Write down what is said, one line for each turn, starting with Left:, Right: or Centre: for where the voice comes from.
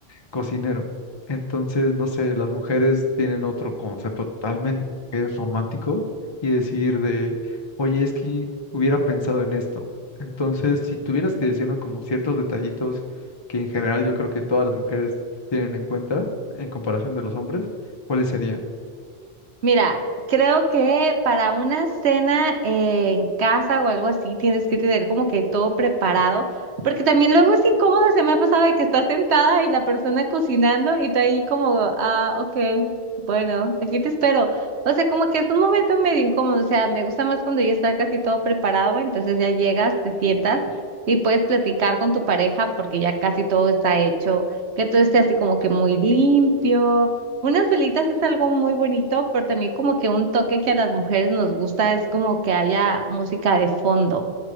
Left: cocinero. Entonces, no sé, las mujeres tienen otro concepto totalmente que es romántico y decir de, oye, es que hubiera pensado en esto. Entonces, si tuvieras que decirme como ciertos detallitos que en general yo creo que todas las mujeres tienen en cuenta en comparación de los hombres, ¿cuáles serían?
Right: Mira, creo que para una cena eh, en casa o algo así tienes que tener como que todo preparado, porque también luego es incómodo, se me ha pasado de que estás sentada y la persona cocinando y tú ahí como, ah, ok, bueno, aquí te espero. O sea, como que es un momento medio incómodo, o sea, me gusta más cuando ya está casi todo preparado, entonces ya llegas, te sientas y puedes platicar con tu pareja porque ya casi todo está hecho, que todo esté así como que muy limpio unas velitas es algo muy bonito, pero también como que un toque que a las mujeres nos gusta es como que haya música de fondo,